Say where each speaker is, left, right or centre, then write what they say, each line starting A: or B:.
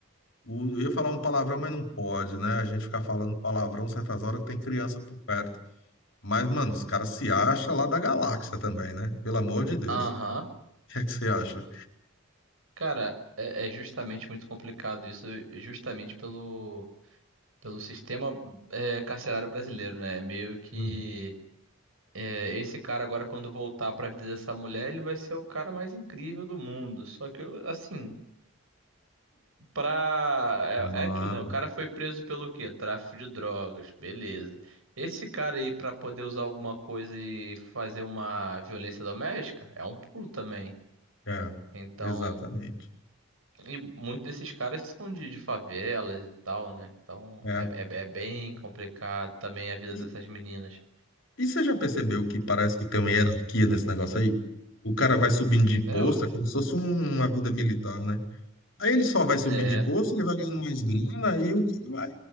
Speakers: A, on the left (about 60°); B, on the right (about 75°).
A: o- eu ia falar um palavrão, mas não pode, né? A gente ficar falando palavrão certas horas que tem criança por perto. Mas, mano, os caras se acham lá da galáxia também, né? Pelo amor de Deus.
B: aham.
A: <laughs> O que é que você acha?
B: Cara, é, é justamente muito complicado isso, justamente pelo, pelo sistema é, carcerário brasileiro, né? É Meio que
A: Uhum.
B: é, esse cara agora, quando voltar pra vida dessa mulher, ele vai ser o cara mais incrível do mundo. Só que, eu, assim. pra.
A: Mano,
B: É, é aquilo, né? O cara foi preso pelo quê? Tráfico de drogas, beleza. Esse cara aí, pra poder usar alguma coisa e fazer uma violência doméstica, é um pulo também.
A: é,
B: Então,
A: exatamente.
B: e muitos desses caras são de, de favelas e tal, né? Então,
A: É.
B: é, é- é bem complicado também a vida
A: E,
B: dessas meninas.
A: e você já percebeu que parece que tem uma hierarquia nesse negócio aí? O cara vai subindo de
B: É,
A: posto,
B: ó.
A: é como se fosse um- uma vida militar, né? Aí ele só vai subir
B: É.
A: de posto, ele vai ganhando mais grana, aí o cara vai,